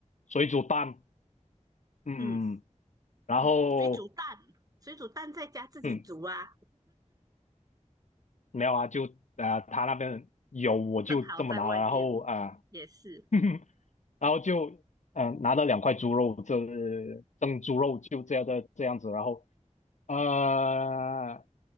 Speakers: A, on the left (about 70°); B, on the right (about 30°).
A: 水煮蛋，嗯，
B: 嗯，
A: 然后。
B: 水煮蛋，水煮蛋在家自己煮啊，
A: 嗯，没有啊，就呃他那边有我就这么拿了，
B: 正好在外面
A: 然后啊、
B: 也是。
A: 呃 <laughs> 然后就嗯、呃拿了两块猪肉，这蒸猪肉就这样的这样子，然后呃